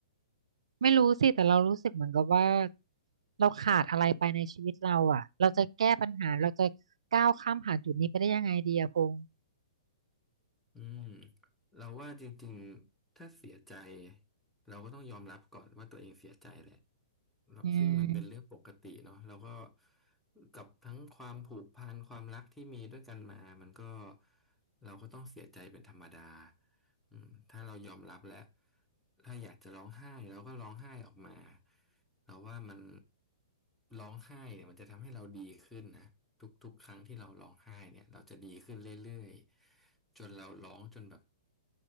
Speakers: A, on the right (about 90°); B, in the centre.
A: ไม่รู้สิแต่เรารู้สึกเหมือนกับว่าเราขาดอะไรไปในชีวิตเราอ่ะเราจะแก้ปัญหาเราจะก้าวข้ามผ่านจุดนี้ไปได้ยังไงดีอะพงษ์
B: อืมเราว่าจริงๆถ้าเสียใจเราก็ต้องยอมรับก่อนว่าตัวเองเสียใจแหละเราซึ่งมันเป็นเรื่องปกติเนาะเราก็
A: อืม
B: กับทั้งความผูกพันความรักที่มีด้วยกันมามันก็เราก็ต้องเสียใจเป็นธรรมดาอืมถ้าเรายอมรับแล้วถ้าอยากจะร้องไห้เราก็ร้องไห้ออกมา เราว่ามันร้องไห้เนี่ยมันจะทำให้เราดีขึ้นนะทุกๆครั้งที่เราร้องไห้เนี่ยเราจะดีขึ้นเรื่อยๆจนเราร้องจนแบบ